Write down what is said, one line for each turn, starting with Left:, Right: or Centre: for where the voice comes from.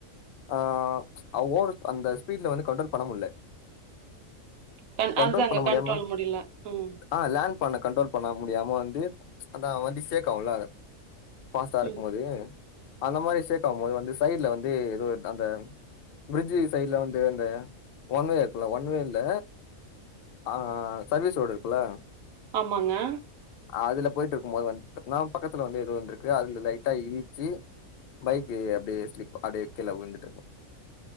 Left: ஆ ஓவரு அந்த ஸ்பீட்ல வந்து கண்ட்ரோல் பண்ண முட்ல
Right: கண்
Left: கண்ட்ரோல்
Right: அதுதாங்க
Left: பண்ண முடியாம
Right: கண்ட்ரோல் முடில ம்
Left: ஆ லேண் பண்ண கண்ட்ரோல் பண்ண முடியாம வந்து அதா வண்டி சேக்காவுல்ல அத பாஸ்டா இருக்குமோது
Right: ம்
Left: அந்த மாரி சேக்காவும் போது வந்து சைட்ல வந்து ஏதோ அந்த ப்ரிட்ஜீ சைட்ல வந்து அந்த ஒன்வே இருக்குல ஒன்வேல்ல ஆ சர்வீஸ் ரோடு இருக்குல்ல
Right: ஆமாங்க
Left: அதுல போய்ட் இருக்கும் போது வந் என்னா பக்கத்துல வந்து எதுவு இருந்துருக்கு அதுல லைட்டா இடிச்சி பைக்கு அப்டியே ஸ்லிப் அப்டியே கீழ உழுந்துட்